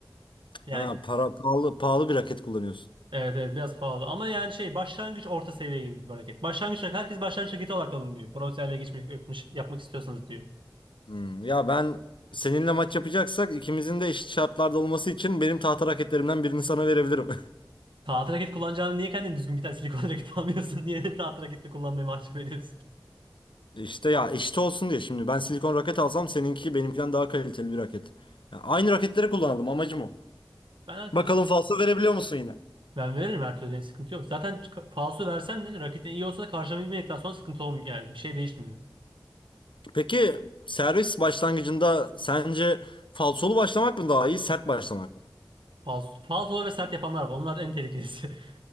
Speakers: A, on the right; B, on the left.
A: Yani
B: Ha para pahalı pahalı bir raket kullanıyorsun.
A: evet evet biraz pahalı. Ama yani şey başlangıç orta seviye gibi bir raket. Başlangıç raket herkes başlangıç raketi olarak alın diyor. Profesyonelle geçmek yapmış- yapmak istiyorsanız diyor.
B: Hmm, ya ben seninle maç yapacaksak ikimizin de eşit şartlarda olması için benim tahta raketlerimden birini sana verebilirim. <laughs>
A: Taht raket kullanacağını niye kendin düzgün bir tane silikon <laughs> raket almıyorsun? Niye taht raketini kullanmayı mahcup ediyorsun?
B: İşte ya eşit olsun diye şimdi ben silikon raket alsam seninki benimkinden daha kaliteli bir raket. Ya aynı raketleri kullanalım amacım o.
A: Ben her
B: Bakalım
A: türlü,
B: falso verebiliyor musun yine?
A: ben veririm her türlü yani sıkıntı yok. Zaten ka- falso versen de raketin iyi olsa da karşılamayı sonra sıkıntı olmuyor. Yani bir şey değişmiyor.
B: Peki servis başlangıcında sence falsolu başlamak mı daha iyi sert başlamak mı?
A: Falso, falsolu ve sert yapanlar var. Onlar en tehlikelisi. <laughs>